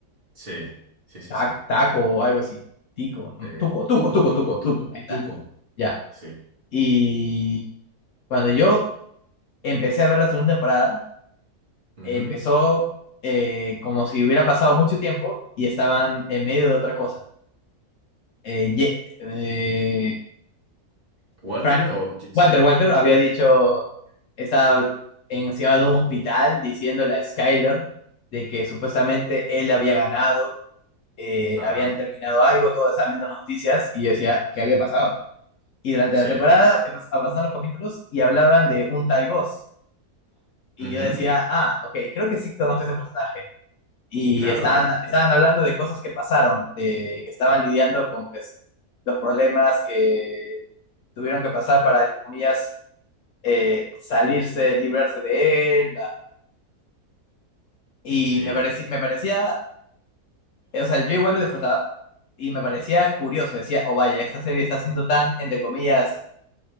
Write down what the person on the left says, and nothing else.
Ta-
taco o algo así, tico,
tuco, tuco,
tuco,
tuco,
tuco, ahí está,
ya.
Y cuando yo empecé a ver la segunda temporada,
empezó eh, como si hubiera pasado mucho tiempo y estaban en medio de otra cosa eh, Ye- eh,
Frank,
Walter, Walter había dicho, estaba encima de un hospital diciéndole a Skyler de que supuestamente él había ganado, eh,
habían terminado algo, todos estaban viendo las noticias y yo decía, ¿qué había pasado? Y durante
la temporada empe- avanzaban los capítulos y hablaban de un tal Ghost. Y
yo decía, ah, ok, creo que sí conozco a ese personaje. Y
estaban,
estaban hablando de cosas que pasaron, de que estaban lidiando con pues, los problemas que tuvieron que pasar para, entre comillas, eh, salirse, librarse de él. Y
me, parecía me parecía, o sea, yo igual lo disfrutaba y me parecía curioso. Decía, oh vaya, esta serie está siendo tan, entre comillas,